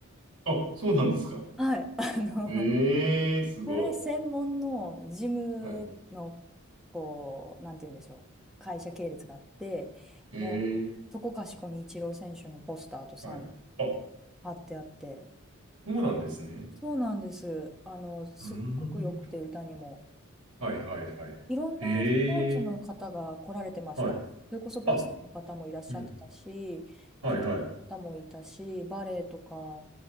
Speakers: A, on the right; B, in the centre.
A: あ、そうなんですか。
B: はい。<laughs> あの、
A: ええ、すごい。
B: それ専門のジムの、
A: はい。
B: こう、なんて言うんでしょう。会社系列があって、
A: へえ。
B: もう、そこかしこにイチロー選手のポスターとサイン
A: はい。あ、そ
B: 貼ってあって、
A: うなんですね。
B: そうなんです。あの、すっごく良くて、
A: うーん。
B: 歌にも。
A: はいはいはい。
B: いろんなスポーツの方が来られてました。
A: ええ、はい。
B: それこそバスケの方もいらっしゃってたし、
A: あ、うん。はいはい。
B: 野球の方もいたし、バレーとか、